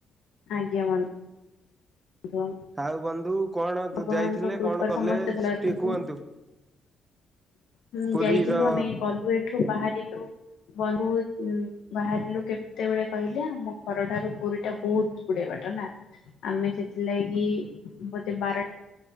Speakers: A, on the left; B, on the right.
A: ଆଜ୍ଞା ବନ୍ଧୁ। <inaudible>
B: ଆଉ ବନ୍ଧୁ କଣ
A: ଭଗବାନଙ୍କ
B: ଯାଇଥିଲେ
A: କୃପାରୁ
B: କଣ କଲେ
A: ସମସ୍ତେ ଭଲରେ
B: ଟିକେ
A: ରୁହନ୍ତୁ।
B: କୁହନ୍ତୁ।
A: ହୁଁ
B: ପୁରୀ
A: ଯାଇଥିଲୁ
B: ର
A: ଆମେ ଗଲୁ ଏଠୁ ବାହାରିଲୁ ବନ୍ଧୁ ବାହାରିଲୁ କେତେବେଳେ କହିଲେ ଆମ ଘରଠାରୁ ପୁରୀ ଟା ବହୁତ ଗୁଡେ ବାଟା ନା ଆମେ ସେଥିଲାଗି ବୋତେ ବାରଟ